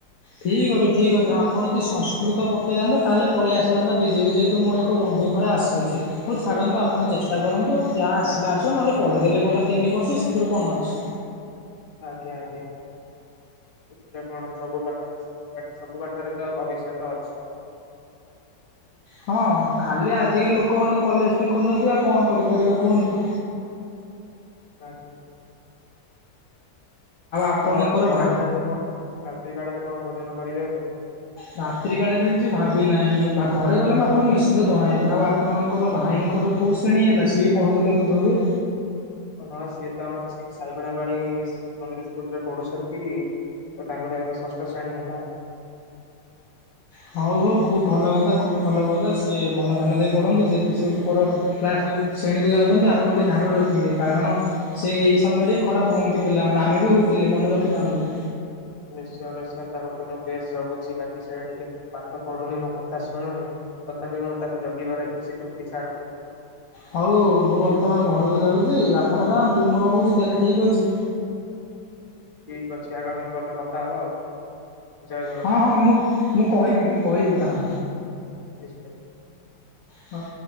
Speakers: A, on the left (about 55°); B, on the left (about 35°).
A: ଠିକ୍ ଅଛି ଠିକ୍ ଅଛି ଆପଣ ଯଦି ସଂସ୍କୃତ ପକେଇଥାନ୍ତେ ତାହେଲେ ପଳେଇ ଆସିଥାନ୍ତା ବିଜେପି ଯେହେତୁ ମୋର ତାଙ୍କ ବନ୍ଧୁକର ଆସୁଚି। ହୋଉ ଛାଡନ୍ତୁ ଆପଣ ଚେଷ୍ଟା କରନ୍ତୁ ଯାହା ଆସିଲେ ଆସିବ ନ ହେଲେ ପଢିଦେଲେ ଗଲା ତିନି ବର୍ଷ ସେଥିରୁ କଣ ଅଛି।
B: ଆଜ୍ଞା ଆଜ୍ଞା। ଏଥିରେ କଣ ସବୁ ପାଠ ତ ସବୁ ପାଠ ସବୁ ପାଠରେ ତ ଭବିଷ୍ୟତ ଅଛି।
A: ହଁ ଖାଲି ଆଜିକାଲି ଲୋକମାନେ କଲେଜ ଶିଖୁଛନ୍ତି ଆଉ କଣ କରିପାରିବା କୁହନ୍ତୁ।
B: ଆଜ୍ଞା।
A: ଆପଣଙ୍କର
B: ଆଉ ରାତ୍ରି
A: ଭା
B: କାଳରେ ଏବେ କଣ ରାତ୍ରି କାଳରେ କଣ ଭୋଜନ କରିବେ ଏବେ?
A: ରାତ୍ରି କାଳରେ ବି କିଛି ଭାବି ନାହିଁ ଭା ଘରେ ଗଲେ ମୁଁ ଆପଣଙ୍କୁ ନିଶ୍ଚିନ୍ତ ଜଣେଇବି ଆଉ ଆପ୍ ଆପଣଙ୍କର ଭାଇଙ୍କର କଉ ଶ୍ରେଣୀ ହେଲା ସିଏ ବି ପଢ଼ୁଥିଲେ ବୋଧହୁଏ
B: ହଁ ସିଏ ତ ଆମର ସେ ଶାଇବାନିଆପାଣି ଶିଶୁମନ୍ଦିର ସ୍କୁଲରେ ପଢୁଛନ୍ତି। ତ ତାଙ୍କର ଏବେ ଷଷ୍ଠ ଶ୍ରେଣୀ ହେଲା।
A: ହଉ ହଉ ଖୁବ୍ ଭଲ କଥା ଖୁବ୍ ଭଲ କଥା ସିଏ ମନ ଧ୍ୟାନ ଦେଇ ପଢନ୍ତୁ ଯେହେତୁ ସେ ଉପର କ୍ଲାସକୁ ଶ୍ରେଣୀକୁ ଯାଉଚନ୍ତି ଆପଣ ଟିକେ ଧ୍ୟାନ ରଖିବେ କାରଣ ସେ ଏଇ ସମୟରେ ହିଁ ଖରାପ ହୁଅନ୍ତି ପିଲାମାନେ ଆମେ ବି ହୋଇଥିଲେ ମନେ ରଖିଥାନ୍ତୁ।
B: ନିଶ୍ଚୟ ନିଶ୍ଚୟ ତାକୁ ତ ମୁଁ ବେଶ୍ ଜଗୁଛି ବାକି ସେଇଟା ଟିକେ ପାଠ ପଢୁନି ମୋ କଥା ଶୁଣୁନି ତଥାପି ମୁଁ ତାକୁ ଜଗିବାରେ କିଛି ତ୍ରୁଟି ଛାଡୁନି।
A: ହଉ ଅଉ ମୁଁ ବର୍ତ୍ତମାନ ଘରକୁ ଯାଉଚି ଆପଣ ଯାଆନ୍ତୁ ମୁଁ ରହୁଚି ତାହେଲେ ଠିକ୍ ଅଛି।
B: ଠିକ ଅଛି ଆଗାମୀ କଲରେ କଥା ହବା ଆଉ। ଜୟ ଜଗନ୍ନାଥ
A: ହଁ ହଁ ମୁଁ ମୁଁ କହିବି ମୁଁ କହିବି ତାହା।
B: ନିଶ୍ଚୟ।
A: ହଁ।